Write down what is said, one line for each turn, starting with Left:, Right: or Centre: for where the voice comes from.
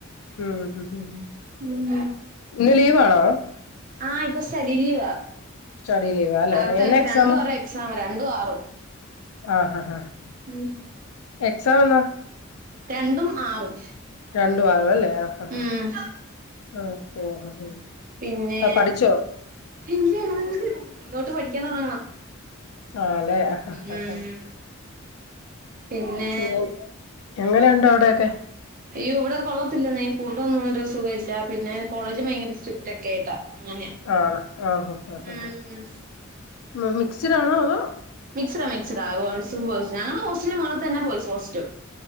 Left: ഉം ഉം ഉം ഉം
Right: ഉം
Left: ഇന്ന് ലീവാണോ
Right: ആഹ് ഇപ്പൊ സ്റ്റഡി ലീവ
Left: സ്റ്റഡി ലീവാ അല്ലെ
Right: അടുത്ത
Left: എന്നാ
Right: ആഴ്ച
Left: എക്സാമ്
Right: രണ്ടും ആറും എക്സാമാ രണ്ടും ആറും
Left: ആഹാ ആഹാ ആഹാ
Right: ഉം
Left: എക്സാം എന്നാ
Right: രണ്ടും ആറും
Left: രണ്ടും ആരുംല്ലേ ആഹ് ആഹാ ആഹ്
Right: ഉം
Left: ഓക്കേ ആഹ്
Right: പിന്നെ
Left: അഹ്‌ പഠിച്ചോ
Right: ഇല്ല ഇന്നോട്ട് പഠിക്കാൻ തൊടങ്ങണം
Left: ആഹ് ലെ ആഹ് ആഹ്
Right: ഉം
Left: ആഹ്
Right: പിന്നെ
Left: <unintelligible> എങ്ങനെ ഉണ്ട് അവിടെക്കെ
Right: അയ്യോ ഇവിടെ കൊള്ളത്തില്ലന്നെ ഇഫുഡോന്നും ഒരു സുഖല്ല പിന്നെ കോളേജും ഭയങ്കര സ്ട്രിക്ട് ഒക്കെ ആയിട്ടാ അങ്ങനെയാ
Left: ആണോ ഓഹോ ആഹ് ആഹ്
Right: ഉം
Left: മ് മിക്സിടാണോ അതോ
Right: മിക്സഡാ മിക്ഡസ ഗേൾസും ബോയ്സും ഞങ്ങടെ ഹോസ്റ്റലിന്റെ മേളെ തന്നെയാ ബോയ്സ് ഹോസ്റ്റും